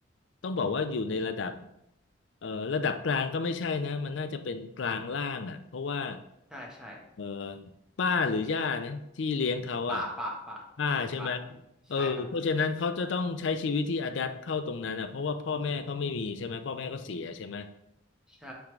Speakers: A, on the left; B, in the centre.
A: ต้องบอกว่าอยู่ในระดับเออระดับกลางก็ไม่ใช่นะมันน่าจะเป็นกลางล่างอ่ะเพราะว่า
B: ใช่ใช่
A: เออป้าหรือย่านะที่เลี้ยงเขาอ่ะ
B: ป่าป่าป่าเป็นป่า
A: ป้าใช่ไหมเออเพราะฉะนั้นเขาจะต้องใช้ชีวิตที่อะแดปเข้าตรงนั้นอ่ะเพราะว่าพ่อแม่เขาไม่มีใช่ไหมพ่อแม่ก็เขาเสียใช่ไหม
B: ใช่ครับใช่